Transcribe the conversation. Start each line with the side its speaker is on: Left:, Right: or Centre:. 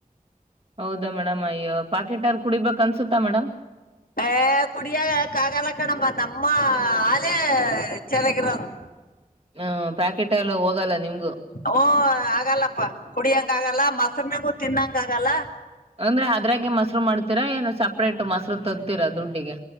Right: ಹೌದಾ ಮೇಡಮ್ ಅಯ್ಯೊ ಪಾಕೆಟ್ ಹಾಲ್ ಕುಡಿಬೇಕ್ ಅನ್ಸುತ್ತಾ ಮೇಡಮ್.
Left: ಹ ಕುಡಿಯಕಾಗಾಲ್ಲ ಕಣಮ್ಮ ನಮ್ಮ ಹಾಲೇ ಚನಾಗಿರೋದು.
Right: ಹ್ಮ ಪ್ಯಾಕೆಟ್ ಹಾಲು ಹೋಗಲ್ಲ ನಿಮ್ಗು.
Left: ಓ ಆಗಲ್ಲಪ್ಪ ಕುಡಿಯಂಗಾಗಲ್ಲ ಮೊಸರ್ನಗೂ ತಿನ್ನಂಗಾಗಲ್ಲ.
Right: ಅಂದ್ರೆ ಅದ್ರಾಗೆ ಮೊಸರು ಮಾಡ್ತೀರಾ ಏನು ಸಪ್ರೇಟ್ ಮಸರು ತತೀರಾ ದುಡ್ಡಿಗೆ.